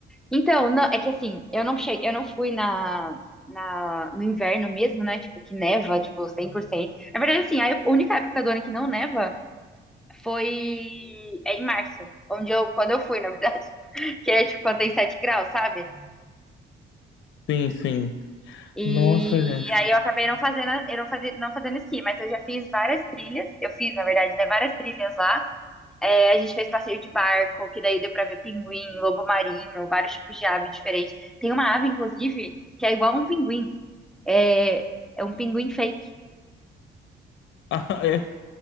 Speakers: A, in the centre; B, on the left.
A: Então, não, é que assim, eu não cheguei, eu não fui na, na, no inverno mesmo, né? Tipo, que neva, tipo, cem por cento Na verdade, assim, a única época do ano que não neva foi é em março, onde eu, quando eu fui, na verdade, <laughs> que é tipo quando tem 7 graus, sabe?
B: Sim, sim.
A: E
B: Nossa, gente.
A: aí
B: <laughs>
A: eu acabei não fazendo, eu não fazia, não fazendo esqui, mas eu já fiz várias trilhas, eu fiz, na verdade, né, várias trilhas lá. É, a gente fez passeio de barco, que daí deu pra ver pinguim, lobo marinho, vários tipos de ave diferentes. Tem uma ave, inclusive, que é igual a um pinguim. É, é um pinguim fake.
B: Ah, é.